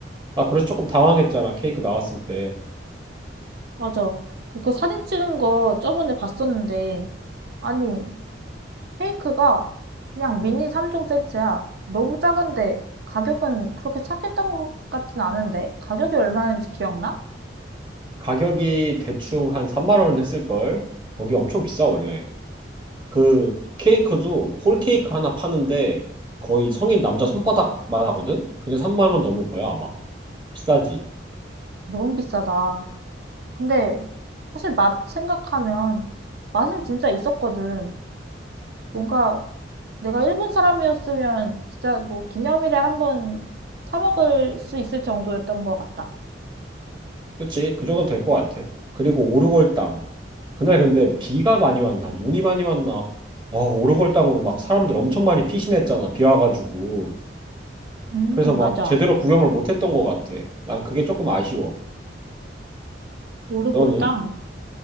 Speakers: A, on the right; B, on the right.
A: 나 그래서 조금 당황했잖아. 케이크 나왔을 때.
B: 맞아. 그거 사진 찍은 거 저번에 봤었는데, 아니, 케이크가 그냥 미니 3종 세트야. 너무 작은데 가격은 그렇게 착했던 것 같진 않은데, 가격이 얼마였는지 기억나?
A: 가격이 대충 한 3만 원은 했을 걸. 거기 엄청 비싸 원래. 그 케이크도 홀 케이크 하나 파는데 거의 성인 남자 손바닥만 하거든. 근데 3만 원 넘을 거야, 아마. 비싸지.
B: 너무 비싸다. 근데 사실 맛 생각하면 맛은 진짜 있었거든. 뭔가 내가 일본 사람이었으면 진짜 뭐 기념일에 한번 사 먹을 수 있을 정도였던 것 같다.
A: 그치? 그 정도는 될 것 같아. 그리고 오르골당. 그날 근데 비가 많이 왔나 눈이 많이 왔나 어, 오르골 땅으로 막 사람들 엄청 많이 피신했잖아 비 와가지고
B: 음,
A: 그래서 막
B: 맞아.
A: 제대로 구경을 못했던 것 같아 난 그게 조금 아쉬워
B: 오르골
A: 너는?
B: 땅?